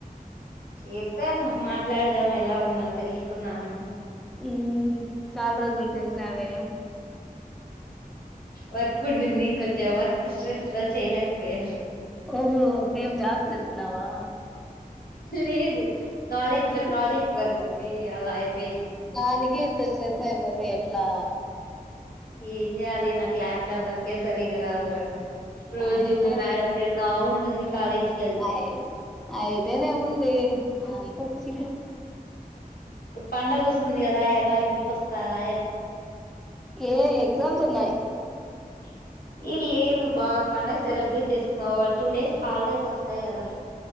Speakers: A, on the left; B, in the centre.
A: చేసామ్ మాట్లాడదాం ఎలా ఉన్నావ్ తెలుసుకుందాం అని
B: ఉ చాలా రోజులకు చేసినావే
A: వర్క్ ఉండింది కొంచెం వర్క్ స్ట్రెస్ లో చేయలేకపోయాను
B: ఓహో ఏం జాబ్ కెళ్తున్నావా
A: లేదు కాలేజ్ లో
B: ఆ
A: ప్రాజెక్ట్ వర్క్ కి అలా అయిపోయింది
B: దానికి ఇంత సే బోతే ఎట్లా
A: ఏం చెయ్యాలి నాకు లాప్టాప్ వర్కే సరిగా రాదురా రోజు
B: అయితేనే
A: మా మేడం తిడతా ఉంటుంది కాలేజ్ కి వెళ్తే
B: ఐత్ అయితేనేముంది ఆళ్లు వచ్చిండ్రు
A: ఇప్పుడు పండగ వస్తుంది కదా ఎలా ఇంటికి వస్తారా
B: ఏ ఎగ్జామ్స్ ఉన్నాయి
A: టీవీ సౌండ్ ఈ లేదు బాగా పండగ సెలబ్రేట్ చేసుకున్నా వా టూ డేస్ హాలిడేస్ వస్తాయి కదా